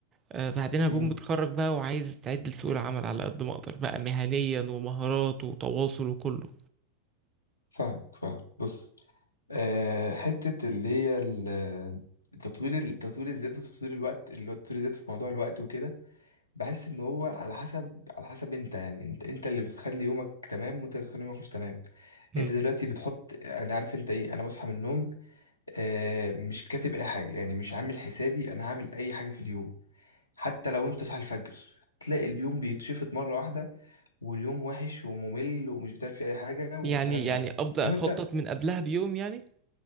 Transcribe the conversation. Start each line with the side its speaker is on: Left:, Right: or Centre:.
Right: آه، بعدين هكون
Left: مم.
Right: متخرج بقى وعايز استعد لسوق العمل على قد ما اقدر بقى مهنيا ومهارات وتواصل وكله
Left: فاهمك فاهم بص آه حتة اللي هي ال- التطوير التطوير الذات وتطوير الوقت اللي هو التطوير الذات في موضوع الوقت وكده بحس ان هو على حسب على حسب انت يعني انت انت اللي بتخلي يومك تمام وانت اللي بتخلي يومك مش تمام
Right: مم.
Left: انت دلوقتي بتحط انا عارف انت ايه انا بصحى من النوم آه مش كاتب اي حاجه يعني مش عامل حسابي انا هعمل اي حاجه في اليوم حتى لو انت صاحي الفجر تلاقي اليوم بيتشفط مره واحده واليوم وحش وممل ومش بتعمل فيه اي حاجه والكلام
Right: يعني يعني
Left: ده
Right: ابدا
Left: انما
Right: اخطط
Left: انت
Right: من قبلها بيوم يعني